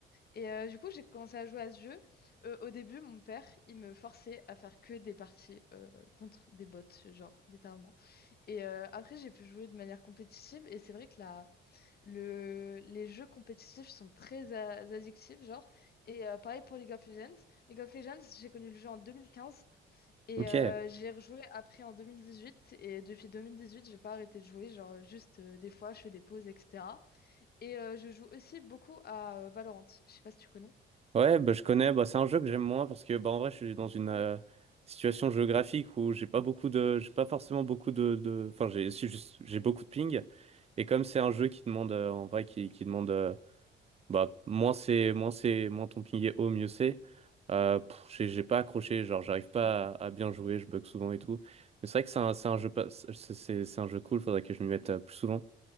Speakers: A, on the left; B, on the right.
A: Et euh, du coup, j'ai commencé à jouer à ce jeu. Euh, au début, mon père, il me forçait à faire que des parties euh, contre des bots, genre, littéralement. Et euh, après, j'ai pu jouer de manière compétitive. Et c'est vrai que la, le, les jeux compétitifs sont très a- addictifs, genre. Et euh, pareil pour League of Legends. League of Legends, j'ai connu le jeu en 2015 et
B: Ok.
A: euh, j'ai rejoué après en 2018. Et depuis 2018, j'ai pas arrêté de jouer. Genre, juste euh, des fois, je fais des pauses, etc. Et euh, je joue aussi beaucoup à euh, Valorant. Je sais pas si tu connais.
B: Ouais, bah, je connais, bah, c'est un jeu que j'aime moins parce que bah, en vrai je suis dans une euh, situation géographique où j'ai pas beaucoup de j'ai pas forcément beaucoup de, de... enfin j'ai si, juste- j'ai beaucoup de ping et comme c'est un jeu qui demande euh, en vrai qui, qui demande euh, bah moins c'est moins c'est moins ton ping est haut mieux c'est euh, pff, j'ai j'ai pas accroché genre j'arrive pas à, à bien jouer je bug souvent et tout mais c'est vrai que c'est un c'est un jeu pas c'est c'est c'est un jeu cool faudrait que je m'y mette euh, plus souvent